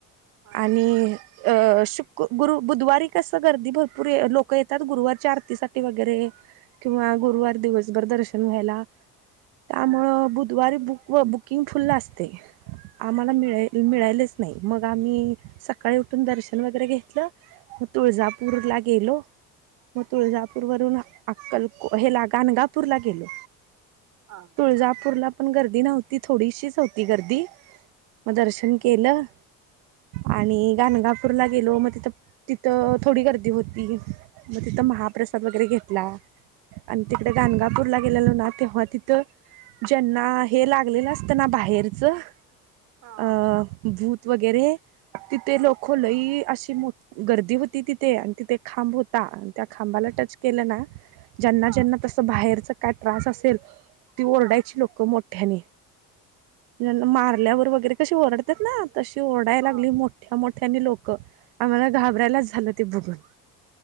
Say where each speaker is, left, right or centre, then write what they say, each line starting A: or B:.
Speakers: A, on the right; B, on the right.
A: हां
B: आणि अ शुक गुरु बुधवारी कसं गर्दी भरपूर लोकं येतात गुरुवारच्या आरतीसाठी वगैरे किंवा गुरुवार
A: हां
B: दिवसभर दर्शन घ्यायला त्यामुळं बुधवारी बुक बुकिंग फुल्ल असते आम्हाला
A: हां
B: मिळा मिळा नाही मग आम्ही सकाळी उठून दर्शन वगैरे घेतलं मग तुळजापूरला गेलो मग तुळजापूर वरून अक्कलको हेला गाणगापूर ला गेलो
A: हा
B: तुळजापूरला पण गर्दी नव्हती थोडीशीच होती गर्दी मग दर्शन केलं.. आणि गाणगापूरला गेलो मग तिथं तिथं थोडी गर्दी होती. मग तिथं महाप्रसाद वगैरे घेतला. आणि तिकडे गाणगापूरला गेलेल ना तेव्हा तिथं ज्यांना हे लागलेलं असत ना बाहेरचं.
A: हा
B: अ
A: हा.
B: भूत वगैरे, तिथे
A: हां
B: लोक लइ अशी मोठ गर्दी होती तिथे आणि तिथे एक खांब होता आणि त्या खांबाला टच केलं ना. ज्यांना
A: हां
B: ज्यांना तसं बाहेरच काय त्रास असेल ती ओरडायची
A: हां
B: लोक मोठ ठ्यांनी मी म्हंटल मारल्यावर वगैरे कशी ओरडतात ना तशी ओरडाय लागली
A: हां
B: मो मोठ्या मोठ्यानी लोक आम्हाला घाबरायलाच झालं ते बघून.